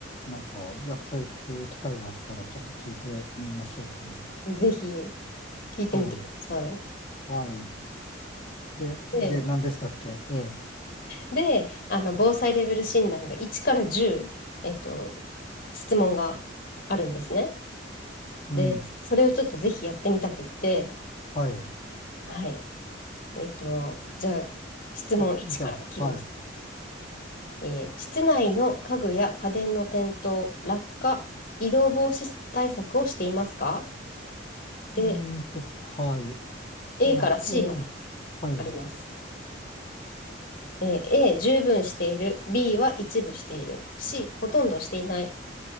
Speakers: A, on the left; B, on the left.
A: あ、なんか、役所行く機会があったら、ちょっと聞いてみましょうかね。
B: ぜひ聞いてみてください。
A: はい。はい。で、
B: で、
A: で、何でしたっけええ。
B: で、あの、防災レベル診断が1から10、えっと、質問があるんですね。
A: うん。
B: で、それをちょっとぜひやってみたくって、
A: はい。
B: はい。えっと、じゃあ、質問1からいきます。
A: いじゃあ、はい。う
B: えー室内の家具や家電の転倒、落下、移動防止対策をしていますかで、
A: ーんと、はい。いや、
B: A から C
A: えー
B: まで
A: はい。
B: あります。えー A、十分している。B は一部している。C、ほとんどしていない。